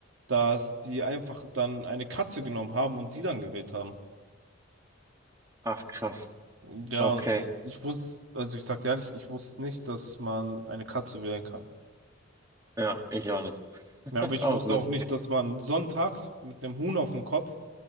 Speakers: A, on the right; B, on the right.
A: dass die einfach dann eine Katze genommen haben und die dann gewählt haben.
B: Ach, krass.
A: Ja,
B: Okay.
A: ich wusste, also ich sag dir ehrlich, ich wusste nicht, dass man eine Katze wählen kann.
B: Ja, ich auch nicht. <laughs>
A: Ja, aber ich
B: Auch
A: wusste
B: lustig.
A: auch nicht, dass man sonntags mit dem Huhn auf dem Kopf